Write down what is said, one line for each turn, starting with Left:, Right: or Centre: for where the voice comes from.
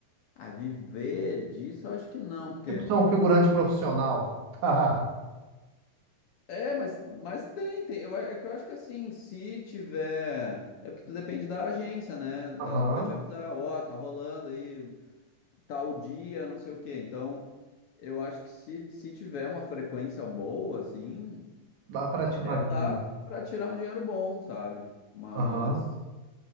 Left: a viver disso, eu acho que não, porque.
Right: Tipo, ser um figurante profissional. <laughs>
Left: É, mas, mas tem, tem. Eu, a- é que eu acho que assim, se tiver. É porque tu depende da agência, né?
Right: Aham,
Left: Ela que vai te avisar, ó, tá rolando aí tal dia, não sei o quê. Então, eu acho que se, se tiver uma frequência boa, assim,
Right: dá para
Left: até
Right: tirar ganho.
Left: dá pra tirar um dinheiro bom, sabe? Mas
Right: Aham.